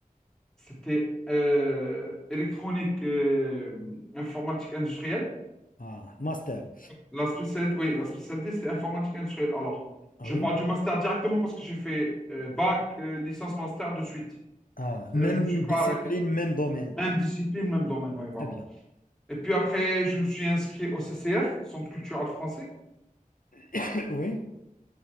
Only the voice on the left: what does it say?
Ah, master.
Ah
oui.
Ah, même
discipline,
même domaine.
Très bien.
<coughs> <clears throat> Oui.